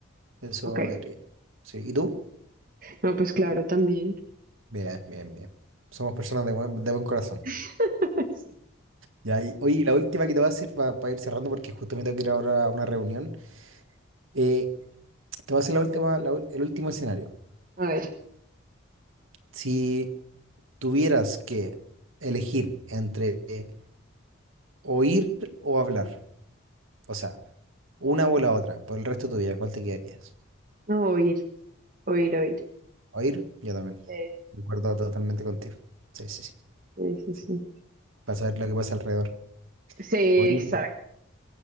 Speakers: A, on the right; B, on the right.
A: Eso.
B: ok. ok.
A: haré. Sí. ¿Y tú?
B: No, pues claro, también.
A: Bien, bien, bien. Somos personas de buen, de buen corazón.
B: <laughs> Sí.
A: Ya, y, oye, la última que te voy a hacer para ir cerrando, porque justo me tengo que ir ahora a una reunión. Eh, te voy a hacer la última, la ul- el último escenario.
B: A ver,
A: Si tuvieras que elegir entre eh, oír o hablar, o sea, una o la otra, por el resto de tu vida, ¿cuál te quedarías?
B: no, oír, oír, oír.
A: ¿Oír? Yo también.
B: Sí,
A: Concuerdo totalmente contigo. Sí, sí, sí.
B: sí,
A: sí.
B: sí. Sí,
A: Para saber lo que pasa alrededor.
B: Sí,
A: Oye,
B: exacto.